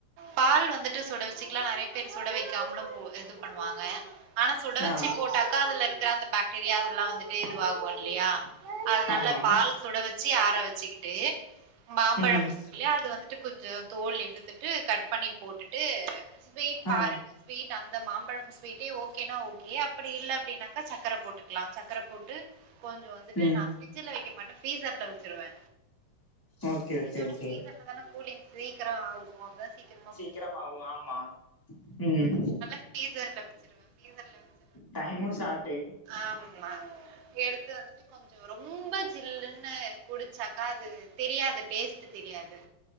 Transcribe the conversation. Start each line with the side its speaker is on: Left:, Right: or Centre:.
Right: பால் வந்துட்டு சுட வச்சுக்லா நறைய பேர் சுட வைக்காமலும் போ இது பண்ணுவாங்க ஆனா சுட வச்சு
Left: ஆ
Right: போட்டாக்கா அதுல இருக்கிற அந்த பாக்டீரியால்லா வந்துட்டு இதுவா கோ இல்லயா அது நல்ல
Left: ஆமா
Right: பால் சுட வச்சி ஆற வச்சிக்கிட்டு மாம்பழம்
Left: ம்
Right: வந் இல்லையா அது வந்துட்டு கொஞ்சொ தோல் எடுத்துட்டு கட் பண்ணி போட்டுட்டு ஸ்வீட் பாருங்க
Left: ஆ
Right: ஸ்வீட் அந்த மாம்பழம் ஸ்வீடே ஓகேனா ஓகே அப்படி இல்ல அப்படினாக்கா சக் க்கர போட்டுக்லா சக்கர போட்டு கொஞ்சொ வந்துட்டு
Left: ம்
Right: நா பிரிட்ஜில் வைக்க மாட்டே ஃப்ரீசர்ல வச்சுருவே
Left: ஓகே
Right: ஃப்ரிட்ஜ
Left: ஓகே
Right: விட
Left: ஓகே
Right: ஃப்ரீசர்ல தான கூலிங் சீக்கிரொ ஆகு அதா சீக்கிரமா கூ
Left: சீக்கிறமாவு ஆமா ம்
Right: ஃபீரீசர்ல வச்சிருவ ஃபீரீசர்ல வச்
Left: டைமு சாட்டு
Right: ஆமா எடுத்து வந்துட்டு கொஞ்சோ ரொம்ப ஜில்லுன்னு குடிச்சாக்கா அது தெரியாது டேஸ்டு தெரியாது